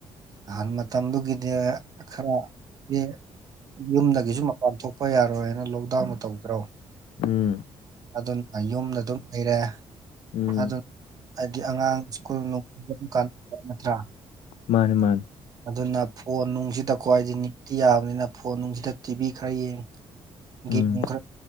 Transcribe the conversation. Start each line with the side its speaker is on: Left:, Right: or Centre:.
Right: ꯑꯍꯥꯟ ꯃꯇꯝꯗꯨꯒꯤꯗꯤ ꯈꯔꯗꯤ ꯌꯨꯝꯗꯒꯤꯁꯨ ꯃꯄꯥꯟ ꯊꯣꯛꯄ ꯌꯥꯔꯣꯏ ꯍꯥꯏꯅ ꯂꯣꯛꯗꯥꯎꯟ ꯇꯧꯗ꯭ꯔꯣ
Left: ꯎꯝ
Right: ꯑꯗꯨꯅ ꯌꯨꯝꯗ ꯑꯗꯨꯝ ꯂꯩꯔꯦ
Left: ꯎꯝ
Right: ꯑꯗꯨ ꯍꯥꯏꯗꯤ ꯑꯉꯥꯡ ꯁ꯭ꯀꯨꯜ ꯀ ꯅꯠꯇ꯭ꯔꯥ
Left: ꯃꯥꯅꯦ ꯃꯥꯅꯦ
Right: ꯑꯗꯨꯅ ꯐꯣꯟ ꯅꯨꯡꯁꯤꯗ ꯈ꯭ꯋꯥꯏꯗꯤ ꯅꯤꯇꯤ ꯌꯥꯕꯅꯤꯅ ꯐꯣꯟ ꯅꯨꯡꯁꯤꯗ ꯇꯤꯚꯤ ꯈꯔ ꯌꯦꯡꯉꯤ
Left: ꯎꯝ
Right: ꯒꯦꯝ ꯈꯔ